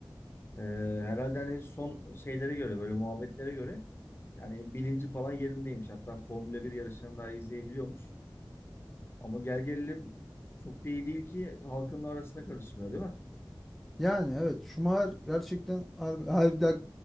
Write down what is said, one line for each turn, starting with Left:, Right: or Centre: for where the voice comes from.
Left: Ee, herhalde hani son şeylere göre böyle muhabbetlere göre yani bilinci falan yerindeymiş. Hatta Formula bir yarışlarını daha izleyebiliyormuş. Ama gel gelelim çok da iyi değil ki halkın arasında karışmıyor değil mi?
Centre: Yani evet Schumacher gerçekten har- harbiden